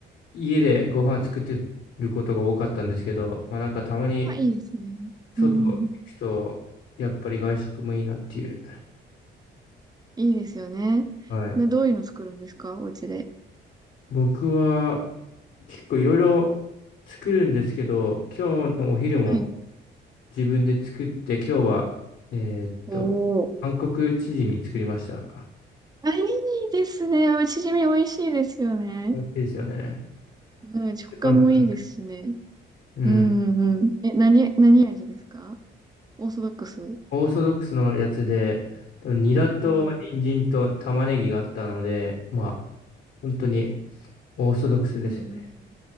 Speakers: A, on the left; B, on the right.
A: 家でご飯作ってることが多かったんですけど、まあなんかたまに
B: <laughs> あ、いいですね。
A: 外行くと、
B: うん、うん
A: やっぱり外食もいいなっていう。
B: いいですよね。
A: はい。
B: で、どういうの作るんですかお家で。
A: 僕は結構いろいろ作るんですけど、今日のお昼も
B: はい。
A: 自分で作って、今日は、えーっと、
B: おー。
A: 韓国チヂミ作りました。
B: あ、いいですね。あチヂミ美味しいですよね。
A: 美い。いいですよね。
B: うん、食感もいいですしね。
A: 簡単で。うん。
B: うんうんえ、何、何味ですかオーソドックス
A: オーソドックスのやつで、多分ニラと人参と玉ねぎがあったので、
B: おー
A: まあ、本当にオーソドックスですよね。
B: うんうんうん。